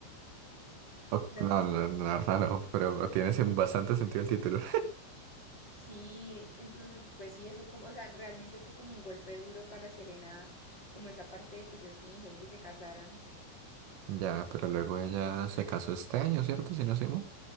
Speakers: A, on the right; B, on the left.
A: O-
B: ¿la
A: no,
B: has visto?
A: la, la verdad no, pero tiene sen- bastante sentido el título.
B: Sí, entonces, pues sí, eso como, o sea, realmente fue como un golpe duro para Selena, como esa parte de que Justin y Hailey se casaran.
A: <laughs> Ya, pero luego ella se casó este año, ¿cierto? Si no soy mal.